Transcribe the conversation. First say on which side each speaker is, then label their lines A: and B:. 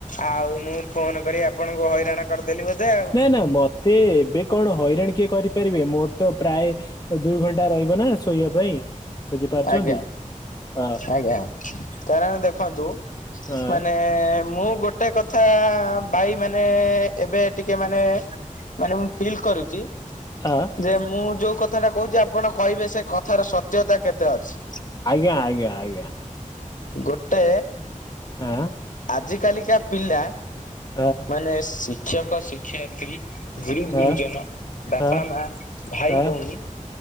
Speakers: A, on the left (about 70°); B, on the left (about 30°).
A: ଆଉ ମୁଁ ଫୋନ କରି ଆପଣଙ୍କୁ ହଇରାଣ କରିଦେଲି ବୋଧେ ଆଉ।
B: ନା ନା ମତେ ଏବେ କଣ ହଇରାଣ କିଏ କରିପାରିବେ, ମୋର ତ ପ୍ରାୟ ଦୁଇ ଘଣ୍ଟା ରହିବ ନା ଶୋଇବା ପାଇଁ। ବୁଝିପାରୁଛନ୍ତି
A: ଆଜ୍ଞା
B: ହଁ
A: ଆଜ୍ଞା, କାରଣ ଦେଖନ୍ତୁ
B: ହଁ
A: ମାନେ ମୁଁ ଗୋଟେ ଗୋଟେ କଥା ଭାଇ ମାନେ ଏବେ ଟିକେ ମାନେ ମାନେ ମୁଁ ଫିଲ୍ କରୁଛି
B: ହଁ।
A: ଯେ ମୁଁ ଯୋଉ କଥାଟା କହୁଛି ଆପଣ କହିବେ ସେ କଥାର ସତ୍ୟତା କେତ କେତେ ଅଛି,
B: ଆଜ୍ଞା ଆଜ୍ଞା ଆଜ୍ଞା
A: ଗୋଟେ
B: ହଁ।
A: ଆଜି କାଲିକା ପିଲା
B: ଆଁ
A: ମାନେ ଶିକ୍ଷକ ଶିକ୍ଷୟତ୍ରୀ। ଗୁରୁ ଗୁରୁଜନ,
B: ଆଁ
A: ବାପା
B: ଆଁ
A: ମା, ଭାଇ
B: ଆଁ
A: ଭଉଣୀ